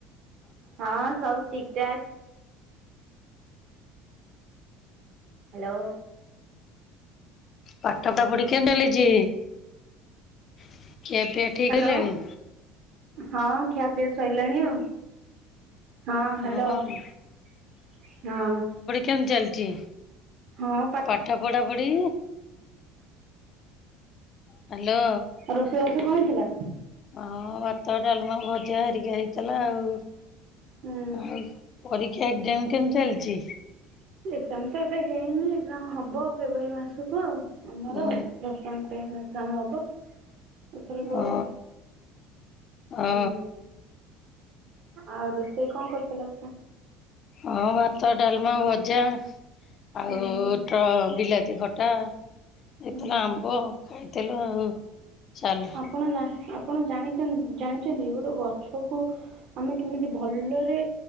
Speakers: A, on the right; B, on the left.
A: ହଁ ସବୁ ଠିକ ଠାକ। ହାଲୋ।
B: ପାଠ ତ ପଢି କେନ୍ତ ଚାଲିଚି ସିଏ ଏବେ ଠିକ
A: ହ୍ୟାଲୋ
B: ହେଲେଣି
A: ହଁ ଖିଆପିଆ ସଇଲାଣି ଆଉ। ହଁ
B: ହଁ
A: ହାଲୋ ହଁ।
B: ଖେମ୍ ଚାଲଚି
A: ହଁ।
B: ପାଠ ପଢ଼ାପଢ଼ି ହ୍ୟାଲୋ
A: ରୋଷେଇ ରଷେଇ ଙ୍କ ହେଇଥିଲା?
B: ହଁ ଭାତ ଡାଲମା ଭଜା ହେରିକା ହେଇଥିଲା ଆଉ
A: ହୁଁ
B: ଆଉ ପରୀକ୍ଷା ଏକ୍ଜାମ କେମତି ଚାଲଚି?
A: ଏକ୍ଜାମ ତ ଏବେ ହେଇନି ଏକ୍ଜାମ ହବ ଫେବୃୟାରୀ ମାସକୁ ଆଉ। ଆମର
B: ହୁଁ
A: ଦଶମ ଟାଇମରେ ଏକ୍ଜାମ ହବ। ଏଥରକ
B: ଅ
A: ଆଉ।
B: ଅ
A: ହୁଁ ଆଉ ରୋଷେଇ ଙ୍କ କରୁଥିଲେ?
B: ଅ ଭାତ ଡାଲମା ଭଜା ଆଉ
A: ହୁଁ
B: ଅ ବିଲାତି ଖଟା। ଏଇଥେଲ
A: ହୁଁ।
B: ଆମ୍ବ ଖାଇଥିଲୁ ଆଉ ଚାଲ୍
A: କଣ ହେଲା ଆପଣ ଜାଣି ଜାଣିଚନ୍ତି ଗୋଟେ ଗଛକୁ ପା ଆମେ କେମିତି ଭଲରେ